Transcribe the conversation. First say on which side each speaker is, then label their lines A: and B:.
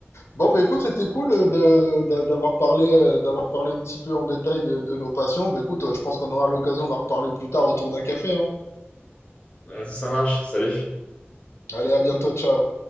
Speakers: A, on the left; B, on the left.
A: Bon, bah, écoute, c'était cool euh, de- de- d'avoir parlé, euh, d'avoir parlé un petit peu en détail de, de nos passions. Bah, écoute, euh, je pense qu'on aura l'occasion d'en reparler plus tard autour d'un café, hein.
B: Ouais, ça marche. Salut.
A: Allez, à bientôt, ciao.